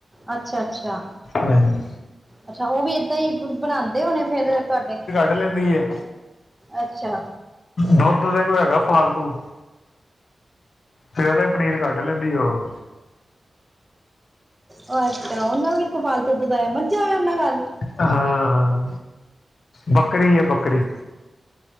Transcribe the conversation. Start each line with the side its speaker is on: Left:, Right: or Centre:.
Right: ਅੱਛਾ-ਅੱਛਾ,
Left: ਹਾਂਜੀ
Right: ਅੱਛਾ ਉਹ ਵੀ ਏਦਾਂ ਈ ਬਣਾਂਦੇ ਹੋਣੇ ਫੇਰ ਤਾਡੇ?
Left: ਤਲ ਲੈਂਦੀ ਏ।
Right: ਅੱਛਾ।
Left: ਦੌਧ ਤੇਰੇ ਕੋ ਹੈਗਾ ਫਾਲਤੂ? ਸਵੇਰੇ ਹੀ ਪਨੀਰ ਕੱਢ ਲੈਂਦੀ ਉਹ।
Right: ਉਹ ਅੱਛਾ ਉਹਨੂੰ ਕਿਥੋ ਫਾਲਤੂ ਦੁਧ ਆਯਾ ਮੱਝਾ ਉਹਨਾਂ ਦੇ ਘਰ?
Left: ਹਾਂ-ਹਾਂ ਬੱਕਰੀ ਏ ਬੱਕਰੀ।